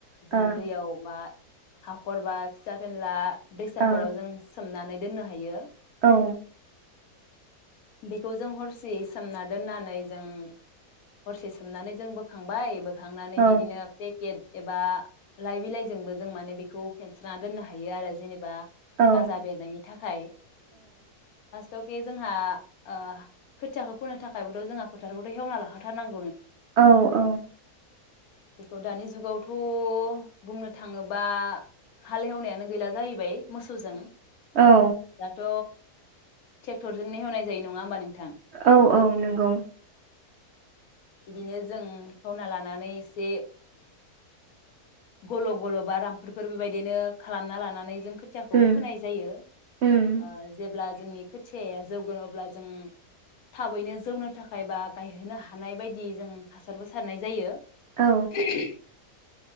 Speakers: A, on the right; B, on the left.
A: औ
B: जों दैयाव मा हाखरबा फिसा फेनला दैसाफोराव
A: औ
B: जों सोमनानै दोननो हायो
A: औ
B: बेखौ जों हरसेयै सोमना दोननानै जों हरसे सोमनानै जों बोखांबाय बो खांनानै
A: औ
B: बिदिनो पेकेट एबा लाइ बिलाइजोंबो जों माने बेखौ फेनस्राना दोननो हायो आरो जेनेबा
A: औ
B: गाजा बेरनायनि थाखाय थके जोंहा ओ खोथियाखौ फोनो थाखायबोथ जोंहा फोथारखौथ हेवना ला हाथार नांग
A: औ औ
B: बेखौ दानि जुगावथ' बुंनो थाङोबा हालेवनायानो गैला जाहैबाय। मोसौजों
A: औ
B: दाथ' ट्रेक्टरजोंनो हेवनाय जायो नङा होमबा नों
A: औ औ नोंगौ।
B: इदिनो जों हेवना लानानै एसे गल' गल' बा रामफोरफोर बेबायदिनो खालामना लानानै जों खोथियाखौ
A: उम
B: फोनाय जायो
A: उम
B: ओ जेब्ला जोंनि खोथियाया जौगोन अब्ला जों थाबैनो जौनो थाखाय बा गायहोनो हा हानाय बायदि जों हासारबो सारनाय जायो
A: औ
B: <unintelligible>